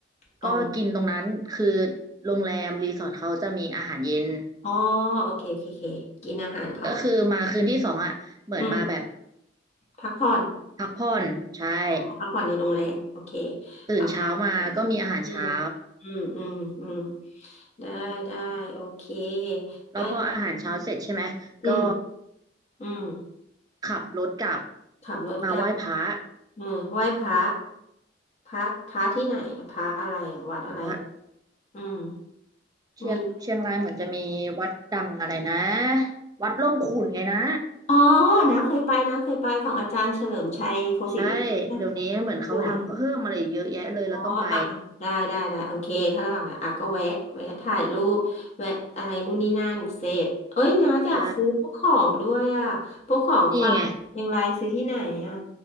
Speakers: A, on the right (about 20°); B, on the left (about 35°).
A: ก็กินตรงนั้นคือ
B: อ๋อ
A: โรงแรมรีสอร์ทเขาจะมีอาหารเย็น
B: อ๋อโอเคโอเคโอเคกินอาหารของ
A: ก็คือมาคืนที่สองอ่ะเหมือนมาแบบ
B: อืม พักผ่อน
A: พักผ่อนใช่
B: โอเคออกมาพักผ่อนในโรงแรมโอเค
A: ตื่นเช้ามาก็มีอาหารเช้า
B: พักผ่อนในโรงแรมอืมอืมอืมอืมได้ได้โอเค
A: แล้วพออาหารเช้าเสร็จใช่ไหมก็
B: ได้ อืมอืมอืม
A: ขับรถกลับ
B: ขับรถกลับ
A: มาไหว้พระ
B: อืมไหว้พระพระพระที่ไหนพระอะไรอ่ะวัดอะไร
A: พระ
B: อืม
A: เชียงเชียงรายเหมือนจะมีวัดดังอะไรนะ
B: มี
A: วัดร่องขุ่นไงนะ
B: อ๋อนะเคยไปนะเคยไปของอาจารย์เฉลิมชัยโคศิริพัฒน์นะสวย
A: ใช่เดี๋ยวนี้เหมือนเขาทำเพิ่มอะไรอีกเยอะแยะเลยเราต้องไป
B: อ๋ออ่ะอ่ะได้ได้ได้โอเคถ้าระหว่างนั้นอ่ะก็แวะแวะถ่ายรูปแวะอะไรนู่นนี่นั่นเสร็จเอ้ยนะอยากซื้อพวกของด้วยอ่ะพวกของฝากเชียังไงซื้อที่ไหนอ่ะ
A: ใช่นี่ไง